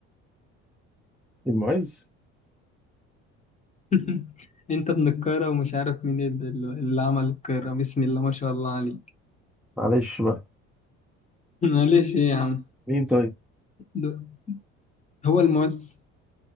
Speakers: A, in the centre; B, on the left (about 25°).
A: المعز
B: <laughs> انت ابن القاهرة ومش عارف مين اللي اللي عمل القاهرة بسم الله ما شاء الله عليك
A: معلش بقى
B: <laughs> معلش ايه يا عم
A: مين طيب
B: ده- هو المعز